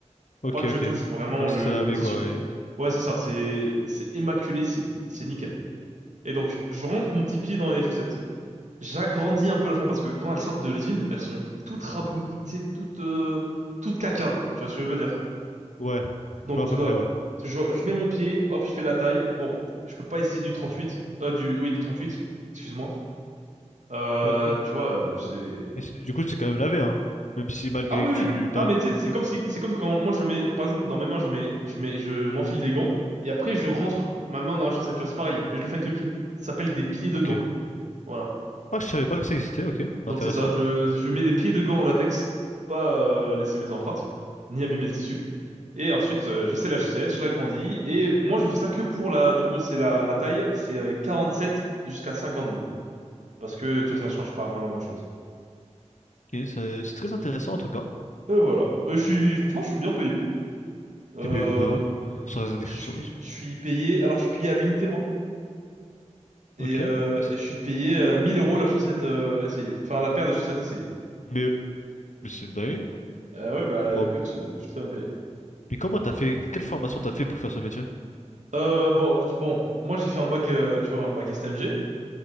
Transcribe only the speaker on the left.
Ok,
ok.
Donc c'est
lavé
quoi. Et...
Ouais,
je vois
à peu
près, ouais.
Ouais. Et,
et c'est- du coup, c'est quand même lavé, hein. Même si malgré
que
tu
t'as...
Ok.
Ok.
Ah, je savais pas que ça existait, ok. Intéressant.
Ok, c'est c'est très intéressant en tout cas.
T'es payé combien? Sans indexation,
bien sûr.
Ok.
Mais, c'est
mais- mais c'est dingue.
Pour
un-
Mais comment t'as fait... Quelle formation t'as fait pour faire ce métier?